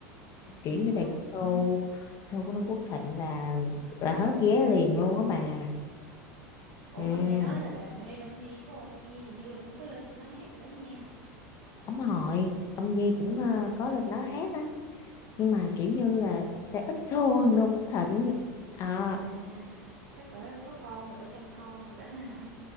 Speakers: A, on the right; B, on the left.
A: À,
B: kiểu như là
A: Nu Phước-
B: show show của Noo Phước Thịnh là là hết vé liền luôn á bà
A: Ủa
B: ừ
A: mà nghe nói là bà mê Đông Nhi phải không? Đông Nhi hình như là cũng có lên trên đó hát rồi đó nha.
B: ông Hội ông Nhi cũng ờ, có lên đó hát á nhưng mà kiểu như là sẽ ít show hơn Noo Phước Thịnh Ờ
A: À, chắc bà có con rồi, bà chăm con rồi đó ha.